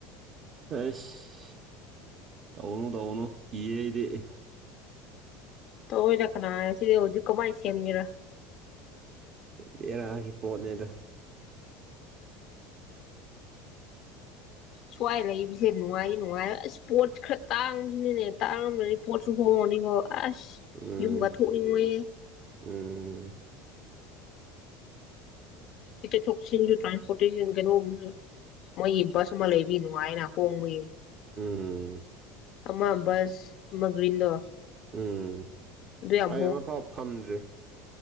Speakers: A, on the right; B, on the left.
A: ꯑꯩꯁ ꯇꯧꯅꯨ ꯇꯧꯅꯨ ꯀꯤꯌꯦ ꯑꯩꯗꯤ
B: ꯇꯑꯣꯏꯔ ꯀꯅꯥ ꯁꯤꯗꯤ ꯍꯧꯖꯤꯛ ꯀꯃꯥꯏꯅ ꯁꯦꯝꯃꯤꯔꯥ
A: ꯕꯦꯔꯥꯒꯤ ꯄꯣꯠꯅꯦꯗ
B: ꯁ꯭ꯋꯥꯏ ꯂꯩꯕꯁꯦ ꯅꯨꯡꯉꯥꯏꯔꯤ ꯅꯨꯡꯉꯥꯏꯔ ꯑꯁ ꯏꯁꯄꯣꯔꯠꯁ ꯈꯔ ꯇꯥꯡꯕꯁꯤꯅꯅꯦ ꯇꯥꯡꯉꯕꯅꯤ ꯄꯣꯆ ꯍ ꯃꯅꯤ ꯍꯣ ꯑꯁ
A: ꯎꯝ
B: ꯊꯔꯤꯉꯣꯏ
A: ꯎꯝ
B: ꯊꯣꯛꯁꯤꯡꯁꯨ ꯇ꯭ꯔꯥꯟꯁꯄꯇꯦ ꯀꯩꯅꯣ ꯃꯣꯏ ꯏꯕꯁꯃ ꯂꯩꯕꯤ ꯅꯨꯡꯉꯥꯏꯅ ꯍꯣꯡꯕꯌꯦ
A: ꯎꯝ ꯎꯝ
B: ꯑꯃ ꯕꯁ ꯑꯃ ꯒ꯭ꯔꯤꯟꯗꯣ
A: ꯎꯝ
B: ꯑꯗꯨ ꯌꯥꯝ
A: ꯑꯩ ꯑꯃꯐꯥꯎ ꯐꯝꯗ꯭ꯔꯤ